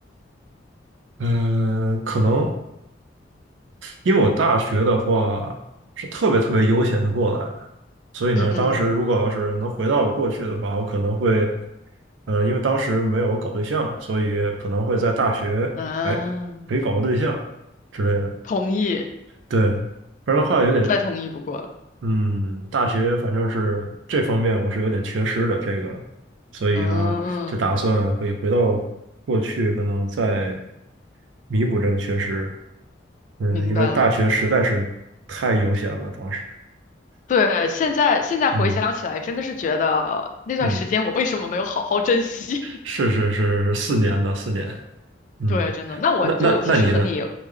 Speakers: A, on the right (about 75°); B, on the left (about 40°).
A: 呃，可能因为我大学的话是特别特别悠闲的过来的，所以呢，
B: 嗯嗯
A: 当时如果要是能回到我过去的话，我可能会，呃，因为当时没有搞对象，所以可能会在大学，
B: 嗯，
A: 哎，可以搞个对象之类的。
B: 同意，
A: 对，不然的话有点
B: 再同意不过了。
A: 嗯，大学反正是这方面我是有点缺失的这个，所以呢，
B: 嗯，
A: 就打算可以回到过去，可能再弥补这个缺失。嗯，
B: 明白了。
A: 因为大学实在是太悠闲了，当时。
B: 对，现在现在回想起来，
A: 嗯
B: 真的是觉得那段时间我为什么没有好好珍惜？
A: 嗯，是是是是四年的四年。
B: <laughs>
A: 嗯，
B: 对，真的。那我就其实和你
A: 那那那你呢？